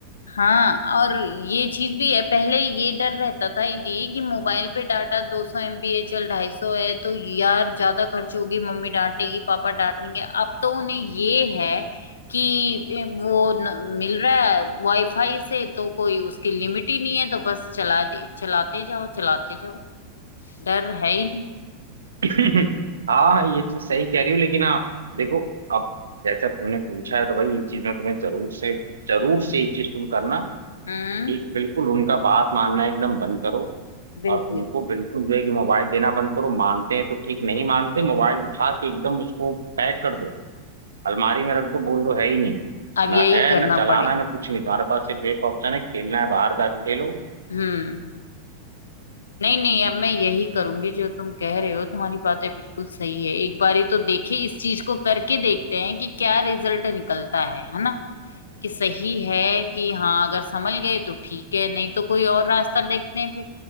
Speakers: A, on the left; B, on the right.
A: हाँ और ये चीज भी है पहले ये डर रहता था ये कि मोबाइल पे डाटा दो सौ एम बी है चल ढाई सौ है तो यार ज्यादा खर्च होगी मम्मी डांटेगी पापा डांटेंगे अब तो उन्हें ये है कि ए, वो न, मिल रहा है वाईफाई से तो कोई उसकी लिमिट ही नहीं है तो बस चलाते चलाते जाओ चलाते जाओ डर है ही नहीं
B: <laughs> हाँ ये चीज सही कह रही हो लेकिन हाँ देखो अब जैसे अब तुमने पूछा है तो भाई ये चीज मैं तुम्हें जरूर से जरूर से ये चीज तुम करना
A: हम्म
B: कि बिल्कुल उनका बात मानना एकदम बंद करो
A: बिल्कुल
B: और उनको बिल्कुल जो है कि मोबाइल देना बंद करो मानते हैं तो ठीक नहीं मानते मोबाइल उठा के एकदम उसको पैक कर दो अलमारी में रख दो बोल दो है ही नहीं
A: अब
B: ना
A: यही
B: है
A: करना
B: ना चलाना
A: पड़ेगा
B: है ना कुछ नहीं तुम्हारे पास सिर्फ एक ऑप्शन है खेलना है बाहर जाके खेलो
A: हम्म नहीं नहीं अब मैं यही करूंगी जो तुम कह रहे हो तुम्हारी बातें बिल्कुल सही है एक बारी तो देखे इस चीज को करके देखते हैं कि क्या रिजल्ट निकलता है है ना कि सही है कि हाँ अगर संभल गए तो ठीक है नहीं तो कोई और रास्ता देखते हैं फिर